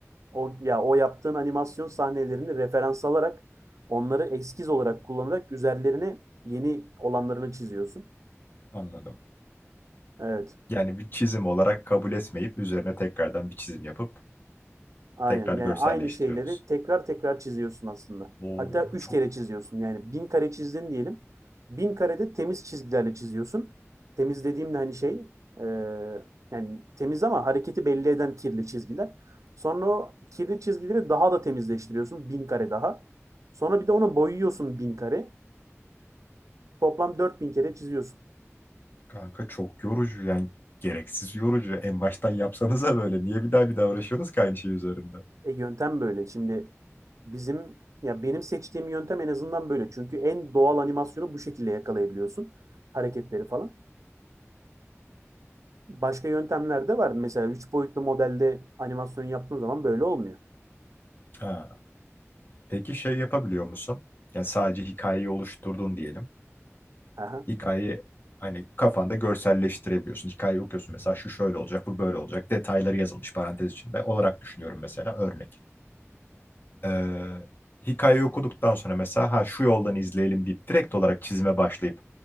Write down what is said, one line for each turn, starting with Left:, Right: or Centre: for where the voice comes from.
Right: o ya o yaptığın animasyon sahnelerini referans alarak onları eskiz olarak kullanarak üzerlerine yeni olanlarını çiziyorsun.
Left: Anladım.
Right: Evet.
Left: Yani bir çizim olarak kabul etmeyip üzerine tekrardan bir çizim yapıp
Right: Aynen.
Left: tekrar
Right: Yani aynı şeyleri
Left: görselleştiriyorsunuz.
Right: tekrar tekrar çiziyorsun aslında.
Left: Oo
Right: Hatta 3
Left: çok
Right: kere çiziyorsun. Yani 1000 kare çizdin diyelim. 1000 karede temiz çizgilerle çiziyorsun. Temiz dediğimde hani şey eee, yani temiz ama hareketi belli eden kirli çizgiler. Sonra o kirli çizgileri daha da temizleştiriyorsun. bin kare daha. Sonra bir de onu boyuyorsun 1000 kare. Toplam 4000 kere çiziyorsun.
Left: kanka çok yorucu yani gereksiz yorucu. En baştan yapsanıza böyle niye bir daha bir daha uğraşıyorsunuz ki aynı şey üzerinde?
Right: E, yöntem böyle. Şimdi bizim ya benim seçtiğim yöntem en azından böyle. Çünkü en doğal animasyonu bu şekilde yakalayabiliyorsun. Hareketleri falan. Başka yöntemler de var. Mesela 3 boyutlu modelde animasyon yaptığın zaman böyle olmuyor.
Left: Ha. Peki şey yapabiliyor musun? Yani sadece hikayeyi oluşturdun diyelim.
Right: Aha.
Left: hikayeyi hani kafanda görselleştirebiliyorsun. Hikayeyi okuyorsun mesela şu şöyle olacak, bu böyle olacak. Detayları yazılmış parantez içinde olarak düşünüyorum mesela örnek. Ee, hikayeyi okuduktan sonra mesela ha şu yoldan izleyelim deyip direkt olarak çizime başlayıp